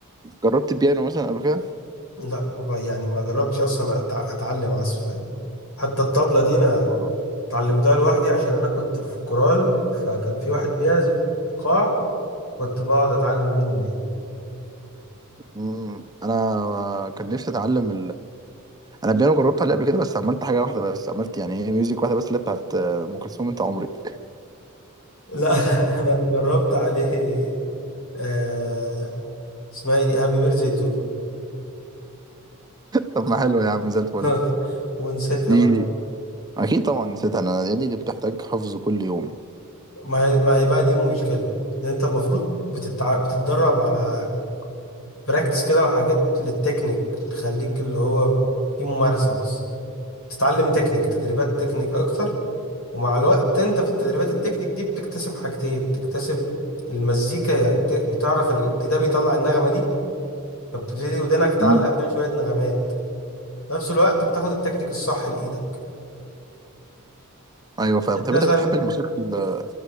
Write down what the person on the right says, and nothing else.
جربت البيانو مثلا قبل كده؟
آه.
مم، انا كان نفسي اتعلم انا بيانو جربت عليه قبل كده بس عملت حاجه واحده بس عملت يعني ايه ميوزك واحده بس اللي بتاعت آه، ام كلثوم انت عمري <laughs>
طب ما حلو يا عم زي الفل
دي
دي اكيد طبعا نسيتها انا يا ابني دي بتحتاج حفظ كل يوم
امم
ايوه فاهم
طب
انت بتحب الموسيقى ال...